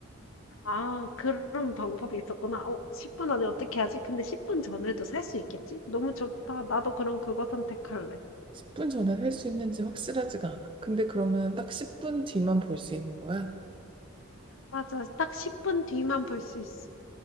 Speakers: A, on the left; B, on the right.
A: 아 그런 방법이 있었구나. 어 10분 안에 어떻게 하지? 근데 10분 전에도 살 수 있겠지? 너무 좋다. 나도 그럼 그거 선택할래.
B: 10분 전에 살 수 있는지 확실하지가 않아. 근데 그러면 딱 10분 뒤만 볼 수 있는 거야.
A: 맞아. 딱 10분 뒤만 볼 수 있어.